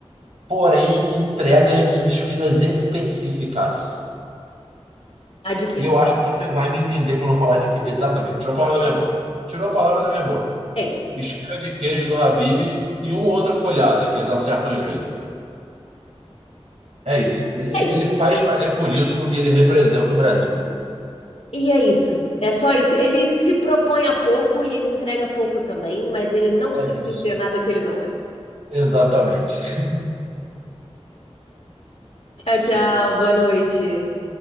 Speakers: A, on the right; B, on the left.
A: porém entrega em esfirras específicas.
B: A de queijo.
A: E eu acho que você vai me entender quando eu falar de que. Exatamente, tirou a palavra da minha boca. Tirou a palavra da minha boca.
B: É isso.
A: Esfirra de queijo do Habib's e uma outra folhada que eles acertam às vezes. É isso. Ele, ele
B: É isso.
A: faz valer por isso e ele representa o Brasil.
B: E é isso. É só isso. Ele se propõe a pouco e ele entrega pouco também, mas ele não finge
A: É isso.
B: ser nada que ele não é.
A: Exatamente. <laughs>
B: Tchau, tchau.
A: Show.
B: Boa noite.